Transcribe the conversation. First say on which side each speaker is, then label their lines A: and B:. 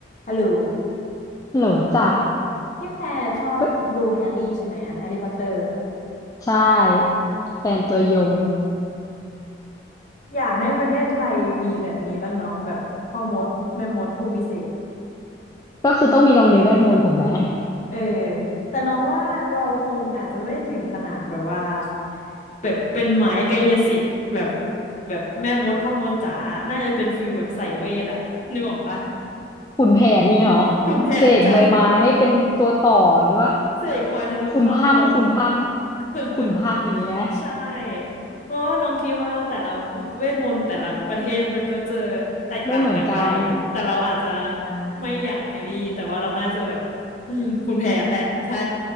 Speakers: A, on the left; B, on the left.
A: ฮัลโหล
B: โหลจ้ะ
A: พี่แพรชอบดูแฮร์รี่ใช่ไหมแฮร์รี่พอตเตอร์
B: ก็
A: <laughs>
B: ใช่แฟนตัวยง <laughs>
A: อยากให้ประเทศไทยมีแบบนี้บ้างเนาะแบบพ่อมดแม่มดผู้วิเศษ
B: ก็คือต้องมีโรงเรียนเวทมนต์ถูกไหม
A: เออ แต่น้องว่าเราคงอาจจะไม่ถึงขนาดแบบว่าแบบเป็นหมายกายสิทธิ์แบบแบบแม่มดพ่อมดจ๋าน่าจะเป็นฟิลแบบใส่เวทอะ <laughs> นึกออกปะ
B: ขุนแผนเนี่ยเหรอ
A: ขุนแผนใช่
B: เสกใบไม้เป็นตัวต่ออย่างนี้ป่ะ
A: เสกควายธนูเข้าท้อง
B: ขุนพันธุ์ขุนพันธุ์
A: <laughs>
B: ขุนพันธุ์อย่างนี้ไหม
A: ใช่เพราะว่าน้องคิดว่าแต่ละเวทมนต์แต่ละประเทศมันก็จะแตกต่างกันไป
B: ไม่เหมือนกัน
A: แต่เราอาจจะ
B: อ่า
A: ไม่อย่างแฮร์รี่แต่ว่าเราน่าจะแบบอืมคุณแผนแหละใช่